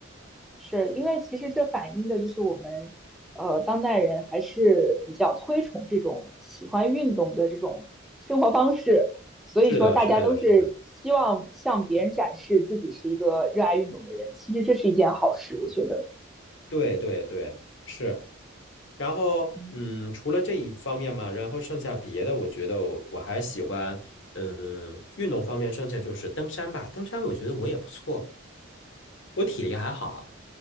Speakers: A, in the centre; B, on the left.
A: 是因为其实这反映的就是我们，呃，当代人还是比较推崇这种喜欢运动的这种生活方式，所以说大家都是希望向别人展示自己是一个热爱运动的人。
B: 是的，是的，是的。
A: 其实这是一件好事，我觉得。
B: 对对对，是。然后，
A: 嗯
B: 嗯，除了这一方面嘛，然后剩下别的，我觉得我我还喜欢，嗯，运动方面，剩下就是登山吧。登山我觉得我也不错，我体力还好。